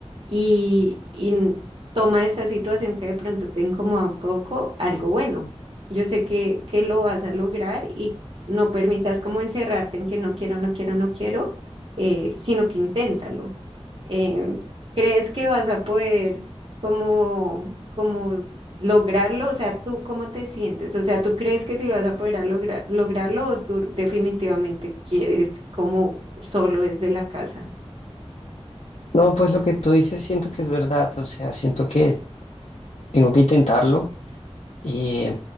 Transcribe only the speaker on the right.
y, y n- toma esta situación que de pronto te incomoda un poco, algo bueno. Yo sé que, que lo vas a lograr y no permitas como encerrarte en que no quiero, no quiero, no quiero eh, sino que inténtalo. Em, ¿crees que vas a poder como, como lograrlo? O sea, ¿tú cómo te sientes? O sea, ¿tú crees que sí vas a poder a logra- lograrlo o tú definitivamente quieres como solo desde la casa?